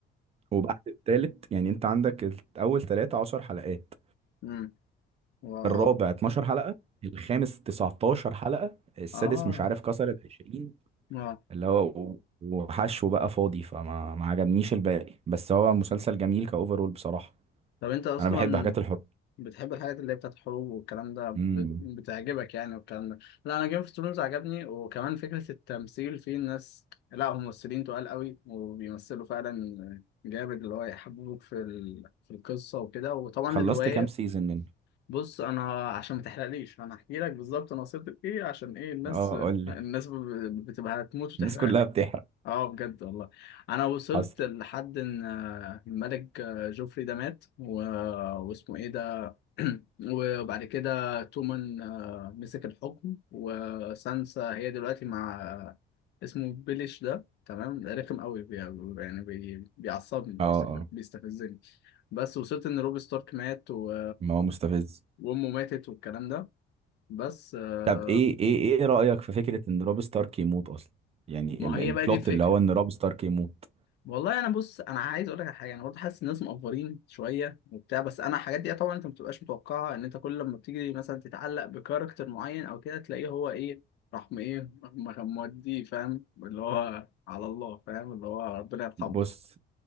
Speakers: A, on the right; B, on the left.
A: وبعد التالت يعني انت عندك اول ثلاثة عشر حلقات
B: مم. واو
A: الرابع 12 حلقة الخامس 19 حلقة السادس
B: اه
A: مش عارف كسر ال 20
B: اه
A: اللي هو و- وحشو بقى فاضي فما ما عجبنيش الباقي بس هو مسلسل جميل كأوفرول بصراحة
B: طب انت اصلا
A: أنا بحب حاجات الحب
B: بتحب الحاجات اللي هي بتاعت الحروب والكلام ده
A: امم
B: بت- بتعجبك يعني والكلام ده لا انا جيم اوف ثرونز عجبني وكمان فكرة التمثيل فيه الناس لا هم ممثلين تقال قوي وبيمثلوا فعلا جامد اللي هو يحببوك في ال... في القصة وكده وطبعا
A: خلصت
B: الرواية
A: كام سيزون منه
B: بص انا عشان ما تحرقليش انا هحكي لك بالظبط انا وصلت لايه عشان ايه الناس
A: اه قول لي
B: الناس ب... بتبقى هتموت وتحرق
A: الناس كلها
B: لي
A: بتحرق
B: اه بجد والله انا وصلت
A: حصل
B: لحد ان آه، الملك آه، جوفري ده مات و... واسمه ايه ده <clears throat> وبعد كده تومان آه، مسك الحكم وسانسا هي دلوقتي مع آه، اسمه بيليش ده تمام رخم قوي بي- يعني بي- بيعصبني
A: اه اه
B: بيستف- بيستفزني بس وصلت ان روب ستارك مات و...
A: ما هو مستفز
B: وامه ماتت والكلام ده بس آه،
A: طب ايه ايه ايه رأيك في فكرة ان روب ستارك يموت اصلا يعني
B: ما
A: ال-
B: هي
A: البلوت
B: بقى دي الفكرة
A: اللي هو ان روب ستارك يموت
B: والله انا بص انا عايز اقول لك على حاجه انا برضه حاسس الناس مقفرين شويه وبتاع بس انا الحاجات دي طبعا انت ما بتبقاش متوقعها ان انت كل لما بتيجي مثلا تتعلق بكاركتر معين او كده تلاقيه هو ايه راح م- ايه راح م- مودي فاهم اللي هو على الله فاهم اللي هو ربنا يرحمه
A: بص